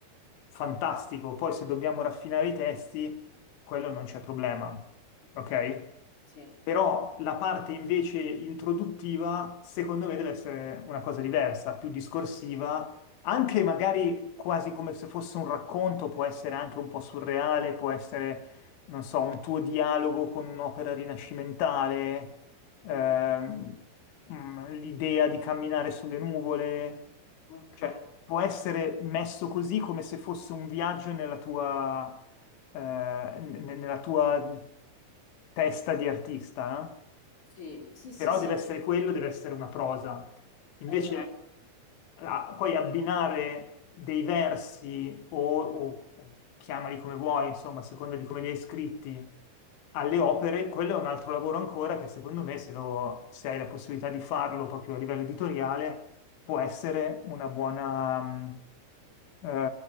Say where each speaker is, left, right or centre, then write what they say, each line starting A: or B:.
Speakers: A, on the left; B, on the left.
A: fantastico, poi se dobbiamo raffinare i testi, quello non c'è problema,
B: ok,
A: ok?
B: sì,
A: Però la parte invece introduttiva, secondo me, deve essere una cosa diversa, più discorsiva, anche magari quasi come se fosse un racconto, può essere anche un po' surreale, può essere, non so, un tuo dialogo con un'opera rinascimentale, ehm,
B: ok,
A: mm, l'idea di camminare sulle nuvole,
B: ok,
A: cioè può essere messo così come se fosse un viaggio nella tua eh, ne- nella tua testa di artista, eh?
B: sì, sì, sì,
A: Però
B: sì,
A: deve essere quello, deve essere una prosa. Invece,
B: esatto.
A: la- poi abbinare dei versi o, o- o chiamali come vuoi, insomma, a seconda di come li hai scritti, alle opere, quello è un altro lavoro ancora che secondo me, se, lo- se hai la possibilità di farlo proprio a livello editoriale, può essere una buona, mm, eh,